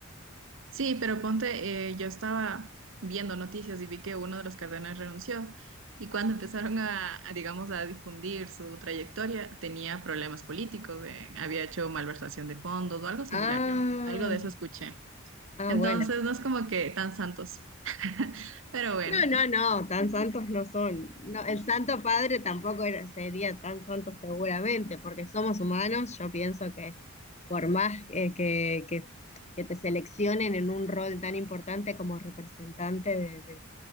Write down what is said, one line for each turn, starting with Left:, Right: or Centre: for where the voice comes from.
Right: Sí, pero ponte, eh, yo estaba viendo noticias y vi que uno de los cardenales renunció y cuando empezaron a, a, digamos, a difundir su trayectoria tenía problemas políticos, de- había hecho malversación de fondos o algo similar,
Left: Ah,
Right: yo algo de eso escuché.
Left: ah,
Right: Entonces
Left: bueno.
Right: no es como que tan santos. <laughs> Pero bueno,
Left: No, no, no, tan santos no son. No, el Santo Padre tampoco era- sería tan santo seguramente, porque somos humanos. Yo pienso que por más eh, que, que- que te seleccionen en un rol tan importante como representante